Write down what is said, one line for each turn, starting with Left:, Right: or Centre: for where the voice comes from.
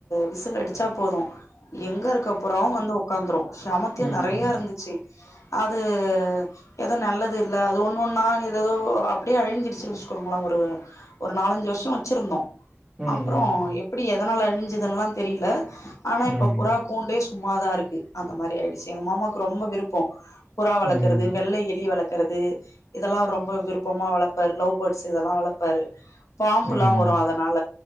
Left: விசில் அடிச்சா போது எங்க இருக்க புறாவு வந்து ஒக்காந்துரு செமத்தியா
Right: ம்
Left: நறையா இருந்துச்சி அது ஏதோ நல்லது இல்ல அது ஒன்னு ஒன்னா ஏதே தோ அப்டியே அழிஞ்சிடிச்சின்னு வெச்சுக்கோங்களே ஒரு நாலஞ்சு வருஷோ வச்சிருந்தோ
Right: ம்
Left: அப்புறோ எப்டி எதனால அழிஞ்சிதுன்லா தெரில ஆனா இப்ப
Right: ம்
Left: புறா கூண்டே சும்மாதா இருக்கு அந்த மாரி ஆயிடுச்சி எங்க மாமாவுக்கு ரொம்ப விருப்போ புறா வளக்கறது
Right: ம்
Left: வெள்ள எலி வளக்கறது இதெல்லா ரொம்ப விருப் <unintelligible> வளப்பாரு லவ் பேர்ட்ஸ் இதெல்லா வளப்பாரு பாம்பு
Right: ம்
Left: எல்லா வரு அதனால